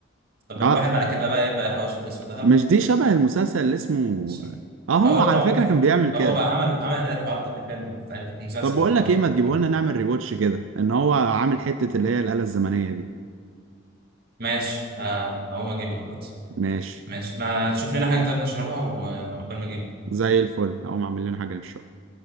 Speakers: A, on the right; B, on the right.
A: طب
B: اه
A: الواحد على كده بقى يبدأ يحوش فلوس في ذهب
B: مش دي شبه المسلسل اللي اسمه
A: الصين.
B: اه هو
A: هو
B: على
A: بتاع عمر
B: فكرة
A: فندي
B: كان بيعمل كده
A: هو عمل عمل الحوار ده في الفيلم بتاع في المسلسل
B: طب بقول
A: افتكرته
B: لك ايه ما تجيبه
A: والله.
B: لنا نعمل ريواتش كده ان هو عامل حتة اللي هي الآلة الزمنية دي
A: ماشي ه- هقوم اجيبه دلوقتي
B: ماشي
A: ماشي ما تشوف لنا حاجة طيب نشربها وعقبال ما اجيبه
B: زي الفل هقوم اعمل لنا حاجة ان شاء الله